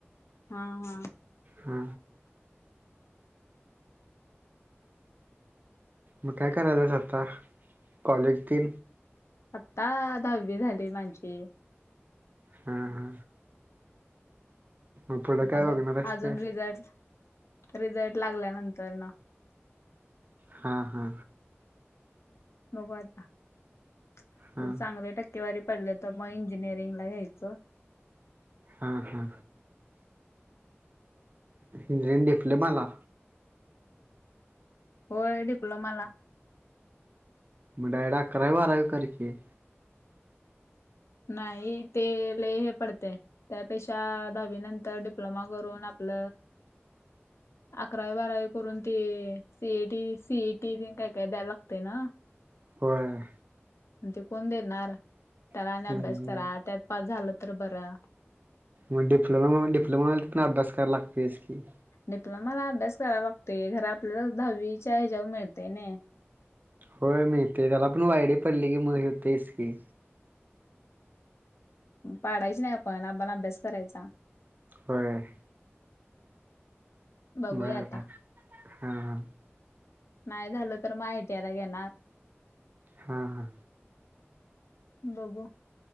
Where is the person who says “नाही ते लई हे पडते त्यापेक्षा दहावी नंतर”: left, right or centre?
Left